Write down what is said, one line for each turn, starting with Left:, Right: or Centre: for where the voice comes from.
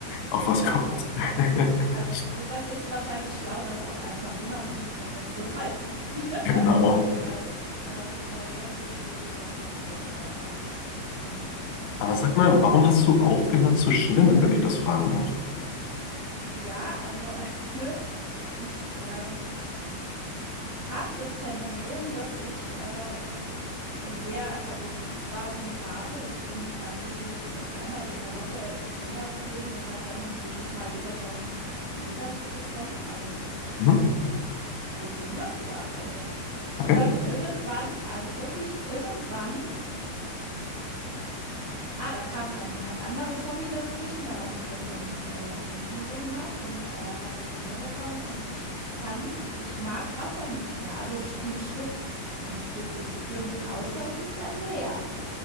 Left: auf
Right: genau.
Left: was kommt. <laughs>
Right: Also, das ist wahrscheinlich schlau, das auch einfach unabhängig davon zu <laughs> halten, ne?
Left: Genau.
Right: weil, äh, da das wird schwierig, was Passendes da tatsächlich zu finden.
Left: Aber
Right: Ähm,
Left: sag mal, warum hast du aufgehört zu schwimmen, wenn ich das fragen darf?
Right: ja, also <laughs> ich, ähm, habe das Phänomen, dass ich, äh, Sehr also, das war so eine Phase. Ich bin tatsächlich, äh, dreimal in der Woche im Schwimmbad gewesen und habe dann jedes Mal über 1.000 Meter geschwommen. Also, äh, das
Left: Mhm.
Right: war so Routine, ja, also
Left: Okay,
Right: und dann irgendwann also wirklich irgendwann ah, da kam ein ein anderes Hobby dazwischen, da habe ich das dann, äh, nicht mehr so gemacht. Dann, äh, habe ich Kinder bekommen und ich kann ich mag Wasser nicht mehr, also sch in Schwimm <laughs> drin zu schwimmen, außer es ist ein Meer.